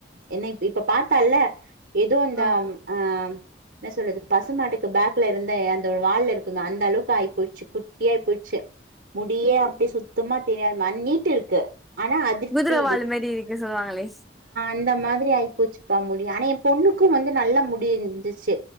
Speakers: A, on the right; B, in the centre.
A: என்ன இப்ப பாத்தால்ல எதுவும் இந்த
B: ஆ
A: ஆ என்ன சொல்றது பசுமாட்டுக்கு பேக்ல இருந்த அந்த ஒரு வாள்ல இரு குமே அந்த அளவுக்கு ஆய்போச்சி குட்டியா ஆயி போயிச்சி முடியே அப்டி சுத் துமா தெரியாது ம நீட்டு இருக்கு ஆனா அதிர்ப்தி
B: குதரவால் மேரி இருக்கு சொல்லுவாங்களே
A: இந்த மாதிரி ஆயி போச்சிப்ப முடி ஆனா என் பொண்ணுக்கும் வந்து நல்லா முடி இருந்துச்சி